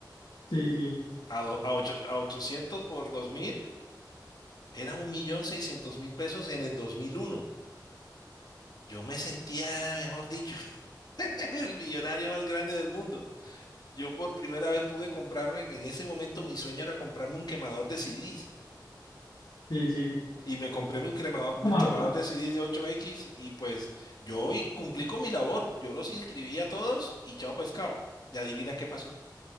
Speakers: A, on the left; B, on the left.
A: sí, sí,
B: a, do- a, ocho- a 800 por dos mil era un millón seiscientos mil pesos en el dos mil uno Yo me sentía, mejor dicho, <laughs> el millonario más grande del mundo. Yo por primera vez pude comprarme, que en ese momento mi sueño era comprarme un quemador de CDs.
A: sí. sí.
B: Y me compré mi, crema- mi
A: Marta,
B: quemador de CD de ocho x y pues yo hoy cumplí con mi labor. Yo los inscribí a todos y chao pescado. Y adivina qué pasó.